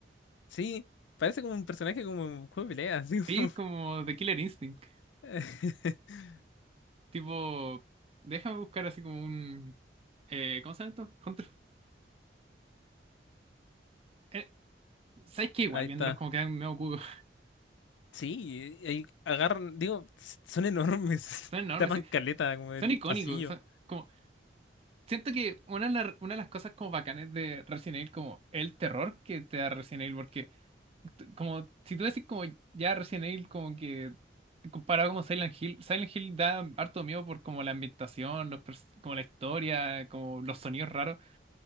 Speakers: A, on the left; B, on the right.
A: Sí, parece como un personaje como un juego de pelea, así
B: Sí,
A: como-
B: es como de Killer Instinct.
A: <laughs>
B: Tipo, déjame buscar así como un... eh, ¿cómo se llama esto? Hunter. eh, ¿sabes qué? Igual
A: Ahí
B: viéndolos
A: está.
B: como quedan medio cucos.
A: Sí, y- y agarran, digo, s- son enormes,
B: <laughs> Son enormes,
A: <laughs> tapan
B: sí.
A: caleta como el
B: Son icónicos.
A: pasillo.
B: son como, siento que una de, la- una de las cosas como bacanes de Resident Evil, como el terror que te da Resident Evil, porque t- como si tú decís como ya Resident Evil como que comparado como Silent Hill, Silent Hill da harto miedo por como la ambientación, los pers- como la historia, como los sonidos raros.